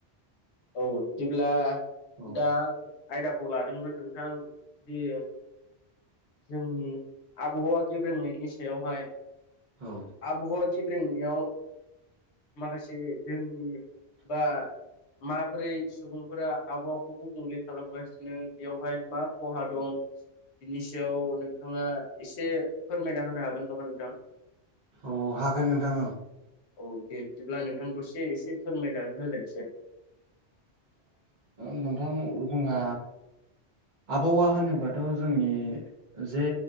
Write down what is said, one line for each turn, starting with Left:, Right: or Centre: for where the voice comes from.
Left: औ बिदिब्ला
Right: औ
Left: दा आं आयदाखौ लादोंमोन नोंथां जि जोंनि आबहावा गेब्रेंनायनि सायावहाय
Right: औ।
Left: आबहावा गिब्रेंनायाव माखासे जोंनि बा माबोरै सुबुंफोरा आबहावाखौ गुबुंले खालामगासिनो? बेयावहाय मा खहा दं? बिनि सायाव नोंथांङा एसे फोरमायना होनो हागोन नामा नोंथां?
Right: औ। हागोन नोंथां ओं।
Left: औ दे बिदिब्ला नोंथांखौ दसे एसे फोरमायनानै होलायसै‌।
Right: नोंथां जोंहा आबहावा होनोबाथ' जोंनि जे